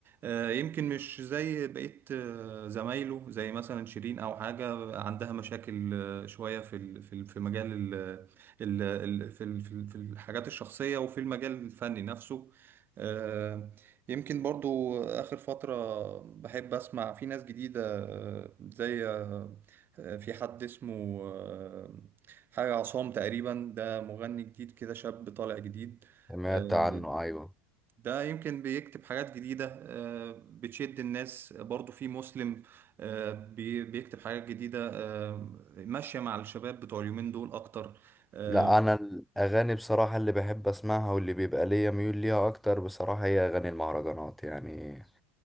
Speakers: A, on the right; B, in the centre.
A: آه، يمكن مش زي بقية آه، زمايله زي مثلا شيرين أو حاجة عندها مشاكل آه، شوية في ال- في ال- في مجال ال ال ال في ال- في ال- في الحاجات الشخصية وفي المجال الفني نفسه آه، يمكن برضو آخر فترة بحب أسمع في ناس جديدة آه، زي آه، آه، في حد اسمه آه، حاجة عصام تقريبا ده مغني جديد كده شاب طالع جديد
B: سمعت
A: آه،
B: عنه ايوه
A: ده يمكن بيكتب حاجات جديدة آه، بتشد الناس برضو في مسلم آه، بي- بيكتب حاجات جديدة آه، ماشية مع الشباب بتوع اليومين دول أكتر آه،
B: لا انا الاغاني بصراحة اللي بحب اسمعها واللي بيبقى ليا ميول ليها اكتر بصراحة هي اغاني المهرجانات يعني